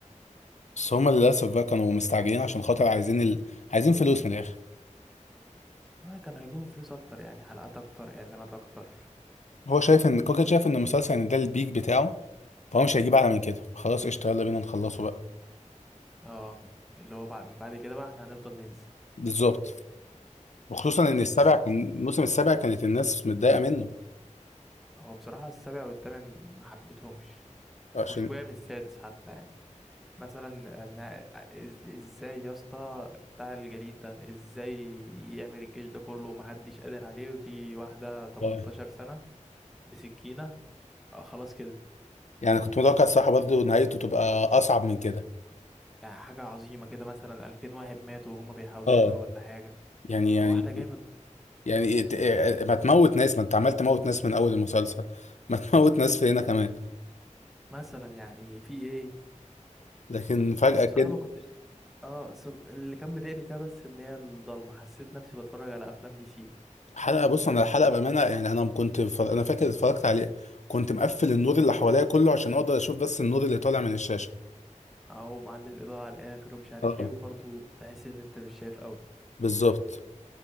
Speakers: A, on the left; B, in the centre.
A: بس هما للاسف بقى كانوا مستعجلين عشان خاطر عايزين ال... عايزين فلوس من الاخر
B: آه كانوا هيجيبوا فلوس اكتر يعني حلقات اكتر اعلانات اكتر
A: هو شايف ان كوكا شايف ان المسلسل ان ده البيك بتاعه فهو مش هيجيب اعلى من كده خلاص قشطه يلا بينا نخلصه بقى
B: اه اللي هو بعد من بعد كده بقى احنا هنفضل ننزل
A: بالظبط وخصوصا
B: بس
A: ان السابع
B: كان
A: كان الموسم السابع كانت الناس متضايقه منه
B: هو بصراحة السابع والثامن ما حبيتهمش
A: عشان
B: وشوية من السادس حتى يعني مثلا إن- إز- ازاي يا اسطى بتاع الجليد ده ازاي يعمل الجيش ده كله ومحدش قادر عليه وتيجي واحدة 18
A: آه.
B: سنة بسكينة آه خلاص كده
A: يعني كنت متوقع الصراحه برضه نهايته تبقى اصعب من كده
B: يعني حاجة عظيمة كده مثلا 2000 واحد ماتوا وهما بيحاولوا
A: اه
B: يقتلوا ولا حاجة
A: يعني يعني
B: واحدة جاية من
A: يعني إيه ت- إيه ما تموت ناس ما انت عمال تموت ناس من اول المسلسل ما تموت ناس في هنا كمان
B: مثلا يعني في ايه
A: لكن فجأة
B: بس بصراحة
A: كده
B: ما كنتش اه بس اللي كان مضايقني فيها بس اللي هي الضلمة حسيت نفسي بتفرج على افلام دي سي
A: حلقة بص انا الحلقة بأمانة يعني انا كنت ف... انا فاكر اتفرجت عليها كنت مقفل النور اللي حواليا كله عشان اقدر اشوف بس النور اللي طالع من الشاشة
B: او معلي الاضاءة على الاخر ومش عارف
A: اه
B: ايه وبرضه تحس ان انت مش شايف قوي
A: بالظبط